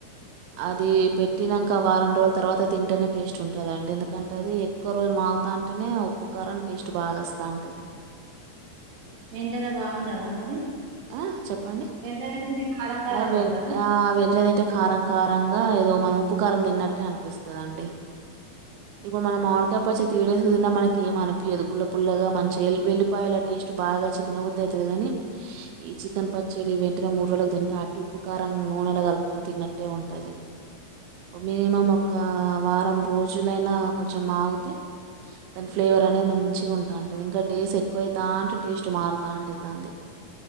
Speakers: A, on the right; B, on the right.
A: అది పెట్టినాంక వారం రోజుల తర్వాత తింటేనే టేస్ట్ ఉంటదండి ఎందుకంటే అది ఎక్కువ రోజులు మాగుతా అంటేనే ఉప్పు కారం టేస్ట్ బాగావస్తా ఉంటది
B: వెంటేనే బాగుండదా మరి
A: ఆ చెప్పండి
B: వెంటనే తింటే కారం కారం
A: అ వె
B: కొడతదా
A: ఆ వెజ్ తింటే కారం కారంగా ఏదో మనం ఉపకారం తిన్నట్టే అనిపిస్తుందండి ఇప్పుడు మనం మామిడికాయ పచ్చడి త్రీ డేస్ ఊరినా మనకి ఏం అనిపయదు పుల్ల పుల్లగా మన వెల్లిపాయల టేస్ట్ బాగా చ్చి తినకొద్దదు అవుతుందిగాని ఈ చికెన్ పచ్చడి వెంటనే మూడు రోజులకు తింటే అటు ఉప్పు కారం నూనెలా కలుపుకొని తిన్నట్టు అట్టే ఉంటుంది మినిమం ఒక వారం రోజులైనా కొంచెం మాగితే దాని ఫ్లేవర్ అనేది మంచిగా ఉంటా ఉంటంది ఇంకా డేస్ ఎక్కువవుతా అంటే టేస్ట్ మారుతా ఉంటుంది దానిది